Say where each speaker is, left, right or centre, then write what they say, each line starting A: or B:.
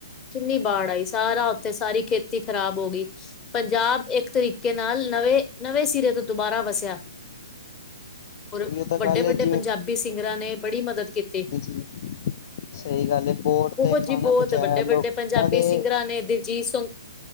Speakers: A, on the left; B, on the left.
A: ਕਿੰਨੀ ਬਾੜ ਆਈ। ਸਾਰਾ ਉੱਥੇ, ਸਾਰੀ ਖੇਤੀ ਖ਼ਰਾਬ ਹੋ ਗਈ। ਪੰਜਾਬ ਇੱਕ ਤਰੀਕੇ ਨਾਲ ਨਵੇਂ, ਨਵੇਂ ਸਿਰੇ ਤੋਂ ਦੁਬਾਰਾ ਵਸਿਆ। ਹੋਰ
B: ਉਹੀਓ ਤਾਂ
A: ਵੱਡੇ-ਵੱਡੇ
B: ਗੱਲ ਹੈ ਜਿਵੇਂ
A: ਪੰਜਾਬੀ ਸਿੰਗਰਾਂ ਨੇ ਬੜੀ ਮਦਦ ਕੀਤੀ।
B: ਜੀ। ਸਹੀ ਗੱਲ।
A: ਬਹੁਤ ਜੀ ਬਹੁਤ,
B: ਪਹੁੰਚਾਇਆ
A: ਵੱਡੇ-ਵੱਡੇ
B: ਲੋਕਾਂ
A: ਪੰਜਾਬੀ
B: ਦੇ
A: ਸਿੰਗਰਾਂ ਨੇ, ਦਿਲਜੀਤ, ਸੋਨੂ